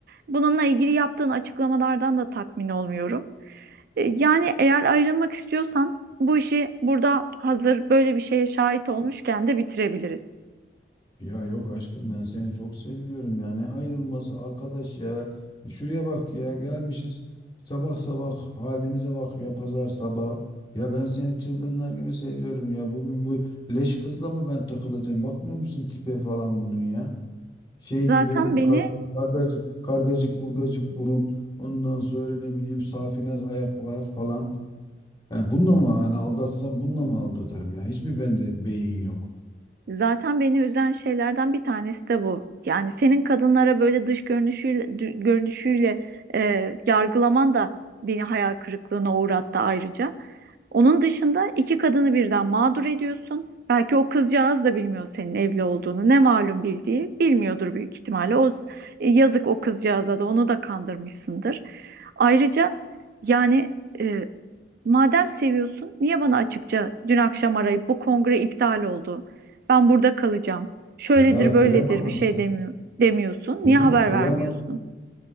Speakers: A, on the right (about 60°); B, on the left (about 25°).
A: Bununla ilgili yaptığın açıklamalardan da tatmin olmuyorum. E, Yani eğer ayrılmak istiyorsan bu işi burada hazır böyle bir şeye şahit olmuşken de bitirebiliriz.
B: Ya yok aşkım ben seni çok seviyorum ya. Ne ayrılması arkadaş ya. E, Şuraya bak ya gelmişiz sabah sabah halimize bak ya pazar sabah. Ya ben seni çılgınlar gibi seviyorum ya. Bu, bu leş kızla mı ben takılacağım? Bakmıyor musun tipe falan bunun ya? Şey
A: Zaten
B: gibi
A: beni
B: e, kar, kargacık, kargacık burgacık burun. Ondan sonra ne bileyim safinaz ayaklar falan. Yani bununla mı hani aldatsam bununla mı aldatırım ya? Hiç mi bende beyin yok?
A: Zaten beni üzen şeylerden bir tanesi de bu. Yani senin kadınlara böyle dış görünüşüyle, dü- görünüşüyle e, yargılaman da beni hayal kırıklığına uğrattı ayrıca. Onun dışında iki kadını birden mağdur ediyorsun. Belki o kızcağız da bilmiyor senin evli olduğunu. Ne malum bildiği bilmiyordur büyük ihtimalle. O s- e, yazık o kızcağıza da onu da kandırmışsındır. Ayrıca yani e, madem seviyorsun niye bana açıkça dün akşam arayıp bu kongre iptal oldu? Ben burada kalacağım. Şöyledir
B: Ya
A: böyledir
B: kıyamadım
A: bir şey
B: sana.
A: demiyor, demiyorsun.
B: Kıyamam,
A: Niye haber
B: kıyamadım
A: vermiyorsun?